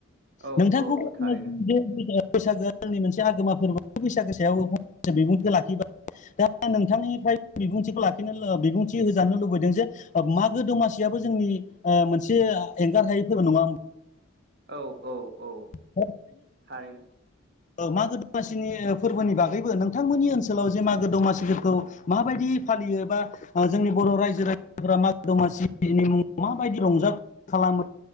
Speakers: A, on the right (about 55°); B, on the left (about 35°).
A: औ
B: नोंथांखौबो
A: औ
B: आङो
A: थारैनो
B: <unintelligible> बैसागोआ जोंनि मोनसे आगोमा फोर्बो बैसागो सायाव <unintelligible> बिबुंथि लाखिबाय। दा नोंथांनिफ्राय बिबुंथिखौ लाखिनो ओ बिबुंथि होजानो लुबैदों जे ओ मागो दमासियाबो जोंनि ओ मोनसे एंगार हायै फोर्बो नङा होम
A: औ औ औ।
B: <unintelligible> ओ
A: थारैनो
B: मागो दमासिनि ओ फोर्बोनि बागैबो नोंथांमोननि ओनसोलाव जे मागो दमासिफोरखौ माबायदि फालियो बा ओ जोंनि बर' रायजो राजाफोरा मागो दमासिनि मुङाव माबायदि रंजा खालामो